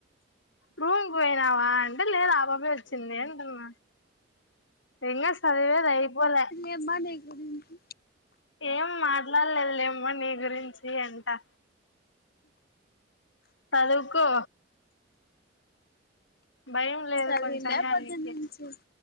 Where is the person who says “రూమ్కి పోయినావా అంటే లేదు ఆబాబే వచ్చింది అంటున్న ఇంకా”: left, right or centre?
Left